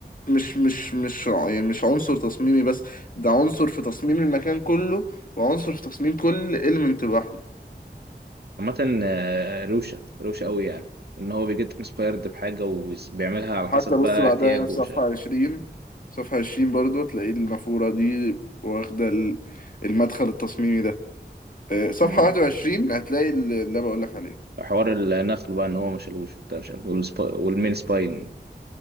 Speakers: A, on the left (about 50°); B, on the right (about 65°).
A: مش مش مش ع- يعني مش عنصر تصميمي بس ده عنصر في تصميم المكان كله وعنصر في تصميم كل إليمنت لوحده
B: عامة آه، روشة روشة أوي يعني إن هو بيجيت انسبايرد بحاجة وبيعملها على حسب
A: حتى بص
B: بقى
A: بعدها
B: احتياجه
A: يعني في
B: ومش
A: صفحة
B: عارف إيه
A: عشرين صفحة عشرين برضو هتلاقي النافورة دي واخدة ال- المدخل التصميمي ده آه، صفحة
B: أمم.
A: واحد وعشرين هتلاقي ال- اللي أنا بقولك عليه
B: حوار النخل بقى إن هو ما شالوش وبتاع مش عارف إيه، والسبا- والمين سباين